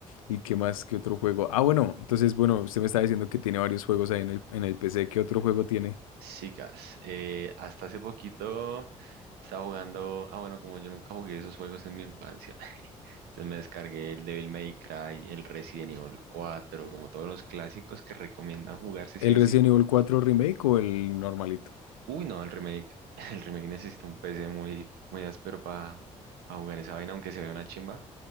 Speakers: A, on the left; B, on the right.
A: ¿Y qué más? ¿Qué otro juego? Ah, bueno, entonces, bueno, usted me está diciendo que tiene varios juegos ahí en el, en el PC. ¿Qué otro juego tiene?
B: chicas, eh, hasta hace poquito estaba jugando, ah bueno, como yo nunca jugué esos juegos en mi infancia, <laughs> entonces me descargué el Devil May Cry, el Resident Evil cuatro como todos los clásicos que recomiendan jugarse sí
A: ¿El
B: o
A: Resident
B: sí.
A: Evil 4 Remake o el normalito?
B: Uy, no, el remake, <laughs> el remake necesita un P C muy, muy áspero para jugar esa vaina, aunque se vea una chimba.